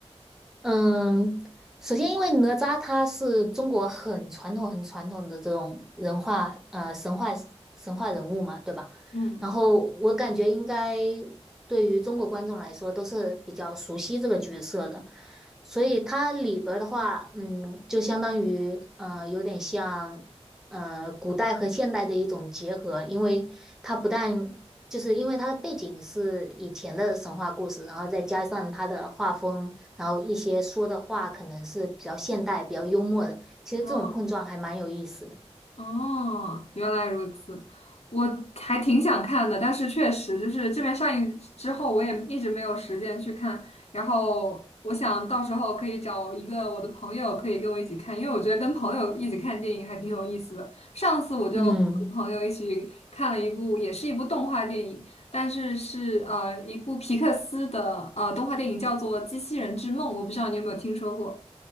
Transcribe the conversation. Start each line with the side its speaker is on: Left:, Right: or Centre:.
Centre: 嗯，首先，因为哪吒他是中国很传统、很传统的这种人化呃神话神话人物嘛，对吧？
Left: 嗯
Centre: 然后我感觉应该对于中国观众来说都是比较熟悉这个角色的，所以它里边儿的话，嗯，就相当于呃有点像呃古代和现代的一种结合，因为它不但就是因为它的背景是以前的神话故事，然后再加上它的画风。然后一些说的话可能是比较现代、比较幽默的。其实这种碰撞还蛮有意思的。
Left: 嗯。哦，原来如此，我还挺想看的，但是确实就是这边上映之后，我也一直没有时间去看。然后我想到时候可以找一个我的朋友，可以跟我一起看，因为我觉得跟朋友一起看电影还挺有意思的。上次我就跟我的朋友一起看了一部，
Centre: 嗯
Left: 也是一部动画电影，但是是呃一部皮克斯的呃动画电影，叫做《机器人之梦》，我不知道你有没有听说过。